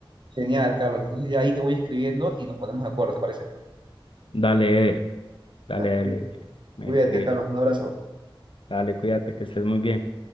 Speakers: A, on the right; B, on the left.
A: Genial, Carlos. Entonces ya ahí te voy escribiendo y nos ponemos de acuerdo, ¿te parece?
B: Dale, Eder, dale,
A: Ya,
B: dale,
A: cuí-
B: me
A: cuídate,
B: escribes.
A: Carlos. Un abrazo.
B: Dale, cuídate, que estés muy bien.